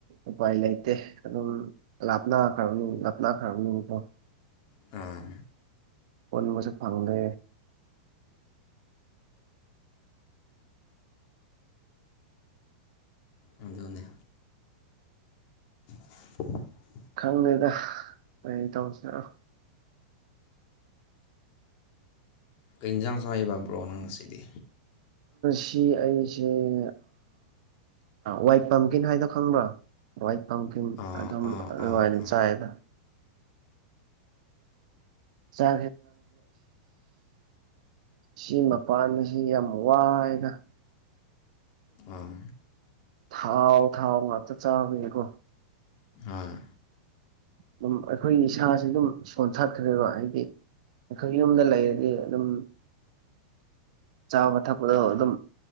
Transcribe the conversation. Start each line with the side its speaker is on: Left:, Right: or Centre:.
Right: ꯎꯄꯥꯏ ꯂꯩꯇꯦ ꯑꯗꯨꯝ ꯂꯥꯞꯅꯥ ꯈ꯭ꯔꯅ ꯂꯥꯞꯅꯥ ꯈ꯭ꯔꯅ ꯑ
Left: ꯑ
Right: ꯄꯨꯟꯕꯁꯨ ꯐꯪꯗꯦ
Left: ꯑꯣꯗ ꯑꯣꯏꯗꯤ <unintelligible>
Right: ꯈꯪꯗꯦꯗ ꯀꯔꯤ ꯇꯧꯁꯤꯔꯣ
Left: ꯏꯟꯖꯥꯡ ꯁꯩꯕꯕ꯭ꯔꯣ ꯅꯪ ꯉꯁꯤꯗꯤ
Right: ꯁꯤ ꯑꯩꯁꯦꯏ ꯋꯥ ꯄꯝꯀꯤꯟ ꯍꯥꯏꯗꯣ ꯈꯪꯕ꯭ꯔꯥ ꯋꯥꯏꯠ ꯄꯝꯀꯤꯟ
Left: ꯑꯥ
Right: ꯑꯗꯨꯝ
Left: ꯑꯥ
Right: ꯑꯗꯨꯅꯨꯡꯉꯥꯏꯅ
Left: ꯑꯥ ꯑꯥ
Right: ꯆꯥꯏꯗ ꯆ ꯁꯤ ꯃꯄꯥꯟ ꯑꯁꯤ ꯌꯥꯝ ꯋꯥꯏꯅ
Left: ꯑꯥ
Right: ꯊꯥꯎ ꯊꯥꯎ ꯉꯥꯛꯇ ꯆꯥꯕꯅꯦꯀꯣ
Left: ꯑꯣꯏ
Right: ꯑꯗꯨꯝ ꯑꯩꯈꯣꯏꯒꯤ ꯏꯁꯁꯤ ꯑꯗꯨꯝ ꯁꯣꯟꯊꯠꯈ꯭ꯔꯦꯕ ꯍꯥꯏꯗꯤ ꯑꯩꯈꯣꯏ ꯌꯨꯝꯗ ꯂꯩꯔꯗꯤ ꯑꯗꯨꯝ ꯆꯥꯕ ꯊꯛꯄꯗꯣ ꯑꯗꯨꯝ